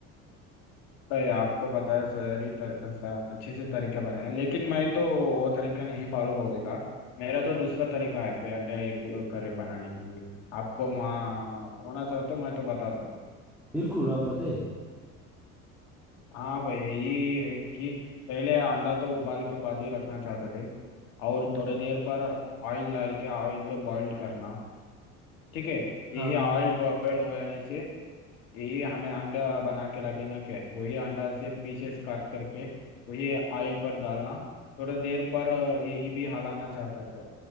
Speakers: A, on the left; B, in the centre.
A: भाई आपको बताया सर ही तर, सर, अच्छे से तरीका बनाया है, लेकिन मैं तो वो तरीका नहीं फॉलो होगा मेरा तो दूसरा तरीका है बे अंडे एग करी बनाने के लिए आपको वहाँ होना चाहो तो मैं तो बताता हूँ
B: बिल्कुल आप बताइए
A: हाँ भाई यही है कि पहले अंडा तो उबाल के बाजी रखना चाहते थे और थोड़ी देर पर ऑयल डाल के ऑयल तो बॉइल्ड करना ठीक है यही
B: हाँ
A: ऑयल बॉइल्ड हो जाने से यही हमें अंडा बना के रखना क्या है? वही अंडा से पीसेस काट करके वही ऑयल पर डालना थोड़ा देर पर अ, यही भी हलाना चाहता था